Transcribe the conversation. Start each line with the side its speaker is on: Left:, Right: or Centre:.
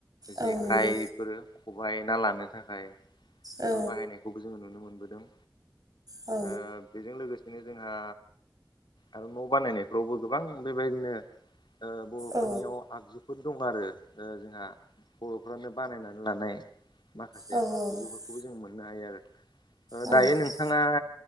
Left: जेखाय
Right: औ नंगौ
Left: बेफोरो खबाइ ना लानो थाखाय बेफोर
Right: औ
Left: बाहायनाय खौबो जोङो नुनो मोनबोदों।
Right: औ
Left: ओ बेजों लोगोसेनो जोंहा आरो न' बानायनायफ्रावबो गोबां बेबायदिनो ओ बर'फोरनियाव
Right: औ
Left: आगजुफोर दं आरो ओ जोंहा बर'फ्रानो बानायनानै लानाय माखासे
Right: औ
Left: आजुफोरखौबो
Right: औ
Left: जों मोननो हायो आरो
Right: औ
Left: दायो नों नोंथाङा